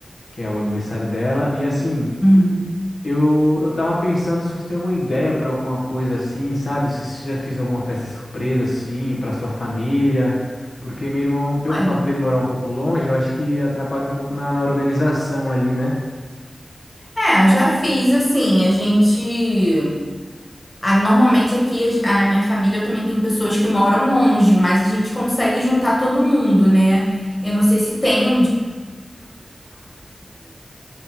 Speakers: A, on the left; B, on the left.
A: que é o aniversário dela. E assim,
B: Uhum.
A: eu, eu tava pensando se você tem alguma ideia pra alguma coisa assim, sabe? Se você já fez alguma festa surpresa assim pra sua família. Porque meu irmão, pelo
B: Olha,
A: fato dele morar um pouco longe, eu acho que atrapalha um pouco na, na organização ali, né?
B: É, eu já fiz assim, a gente. ah, normalmente aqui a- na minha família eu também tenho pessoas que moram longe, mas a gente consegue juntar todo mundo, né? Eu não sei se tem